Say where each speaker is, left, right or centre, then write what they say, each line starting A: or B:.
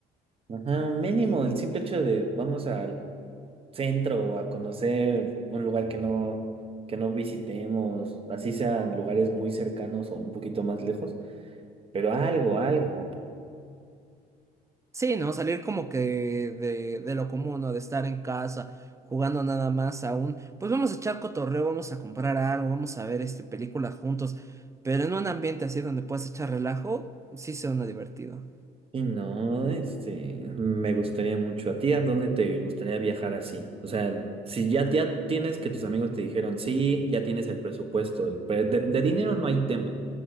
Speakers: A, on the right; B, on the right.
A: Ajá, mínimo, el simple hecho de vamos a centro o a conocer un lugar que no, que no visitemos, así sean lugares muy cercanos o un poquito más lejos, pero algo, algo.
B: Sí, ¿no? Salir como que de, de lo común, ¿no? De estar en casa jugando nada más aún. Pues vamos a echar cotorreo, vamos a comprar algo, vamos a ver este películas juntos. Pero en un ambiente así donde puedas echar relajo, sí suena divertido.
A: Y no, este, me gustaría mucho. ¿A ti a dónde te gustaría viajar así? O sea, si ya, ya tienes que tus amigos te dijeron, sí, ya tienes el presupuesto, el pre- de, de dinero no hay tema,